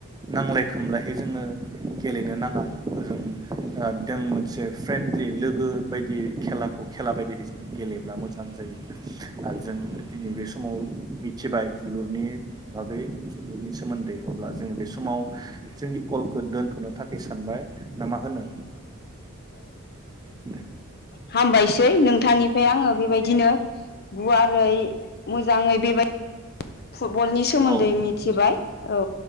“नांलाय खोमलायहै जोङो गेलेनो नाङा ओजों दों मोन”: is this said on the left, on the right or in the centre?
Right